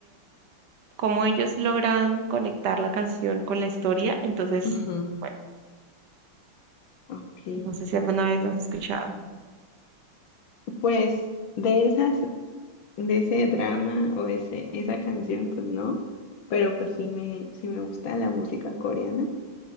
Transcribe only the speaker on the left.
Ujú,
Ok.
Pues de esas. de ese drama o ese, esa canción, pues no, pero pues sí me, sí me gusta la música coreana,